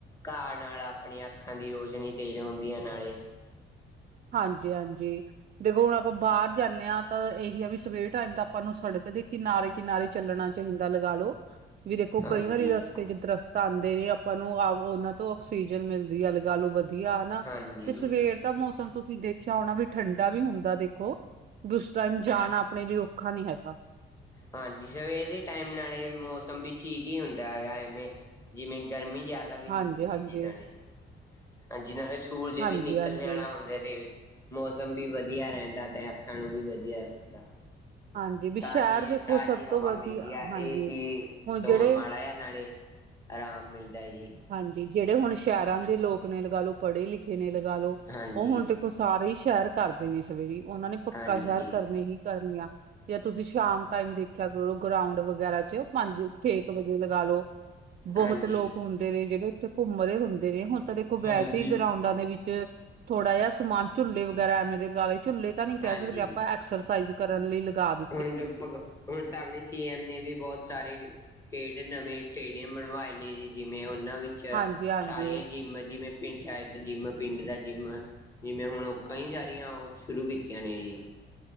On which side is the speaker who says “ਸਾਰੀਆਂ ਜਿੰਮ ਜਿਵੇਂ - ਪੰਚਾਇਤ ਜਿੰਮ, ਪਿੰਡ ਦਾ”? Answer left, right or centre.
Left